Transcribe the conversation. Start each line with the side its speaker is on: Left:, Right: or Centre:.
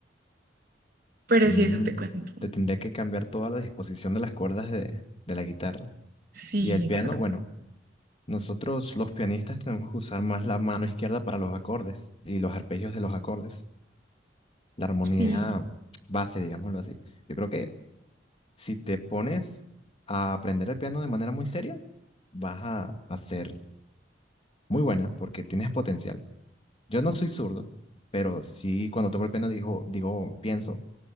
Right: Pero
Left: Ah, mm,
Right: sí, eso te cuento.
Left: te tendré que cambiar toda la disposición de las cuerdas de de la guitarra.
Right: Sí,
Left: Y el piano,
Right: exacto.
Left: bueno, nosotros los pianistas tenemos que usar más la mano izquierda para los acordes y los arpegios de los acordes, la armonía
Right: Sí.
Left: base, digámoslo así. Yo creo que si te pones a aprender el piano de manera muy seria, vas a, a ser muy buena porque tienes potencial. Yo no soy zurdo, pero sí cuando toco el piano digo, digo, pienso,